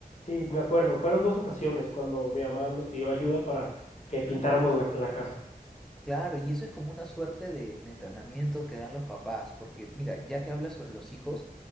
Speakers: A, on the left (about 50°); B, in the centre.
A: sí, me acuerdo, fueron dos ocasiones cuando mi mamá nos pidió ayuda para que pintáramos la la casa.
B: claro, y eso es como una suerte de, de entrenamiento que dan los papás, porque mira, ya que hablas sobre los hijos,